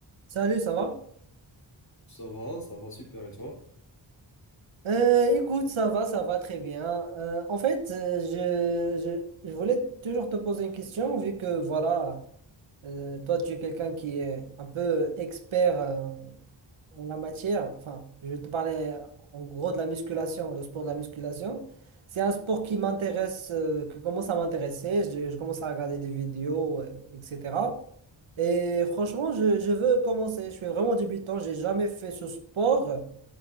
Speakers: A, on the right; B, on the left.
A: Salut, ça va?
B: Ça va, ça va super et toi?
A: Euh, écoute, ça va, ça va très bien. Euh, en fait, euh, je, je, je voulais toujours te poser une question, vu que voilà, euh, toi, tu es quelqu'un qui est un peu expert euh, en la matière. Enfin, je vais te parler en gros de la musculation, le sport de la musculation. C'est un sport qui m'intéresse, euh, qui commence à m'intéresser. Je, je commence à regarder des vidéos, euh, etc. Et franchement, je, je veux commencer. Je suis vraiment débutant, j'ai jamais fait ce sport.